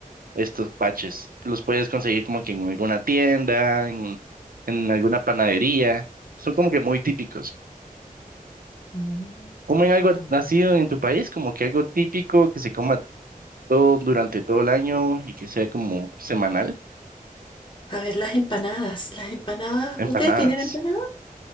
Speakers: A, on the right; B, on the left.
A: estos paches. Los puedes conseguir como que en alguna tienda, en, en alguna panadería. Son como que muy típicos.
B: mm,
A: ¿Comen algo
B: qué rico.
A: así en tu país? Como que algo típico que se coma todo durante todo el año y que sea como semanal.
B: A ver, las empanadas, las empanadas. ¿Ustedes
A: Empanadas.
B: tienen empanadas?